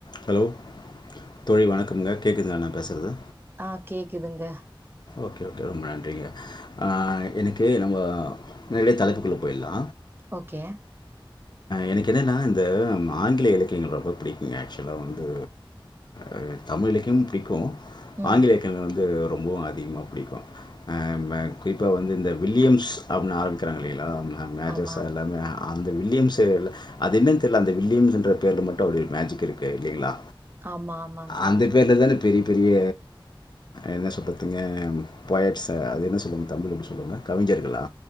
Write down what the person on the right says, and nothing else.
ஆ கேக்குதுங்க
ஓகே
ம்.
ஆமா.
ஆமா ஆமாங் சார்